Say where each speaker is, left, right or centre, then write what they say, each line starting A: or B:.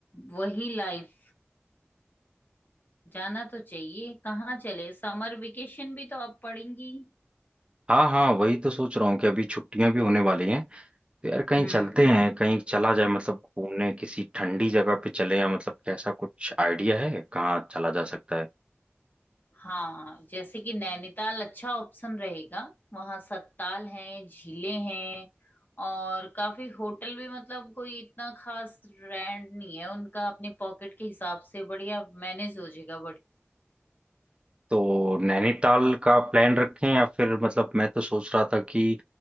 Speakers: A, on the left; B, on the right.
A: वही लाइफ जाना तो चाहिए कहाँ चले समर वेकेशन भी तो अब पड़ेंगी
B: हाँ हाँ वही तो सोच रहा हूँ कि अभी छुट्टियां भी होने वाली हैं तो यार कहीं
A: हम्म
B: चलते हैं कहीं चला जाए मतलब घूमने किसी ठंडी जगह पे चले या मतलब कैसा कुछ आइडिया है कहाँ चला जा सकता है
A: हाँ जैसे कि नैनीताल अच्छा ऑप्शन रहेगा वहाँ सत्ताल हैं झीलें हैं और काफी होटल भी मतलब कोई इतना खास रेंट नहीं है उनका अपने पॉकेट के हिसाब से बढ़िया मैनेज हो जाएगा
B: तो नैनीताल का प्लान रखें या फिर मतलब मैं तो सोच रहा था कि